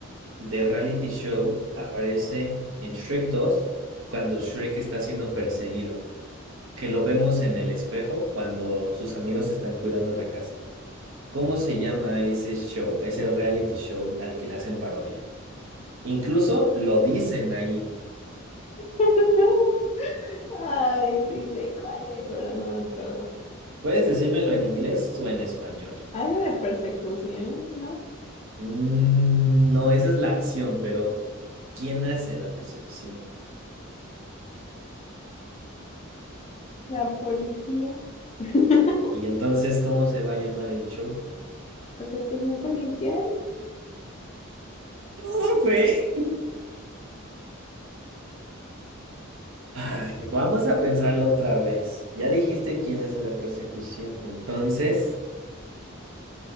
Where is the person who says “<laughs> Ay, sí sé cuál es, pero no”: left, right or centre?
Left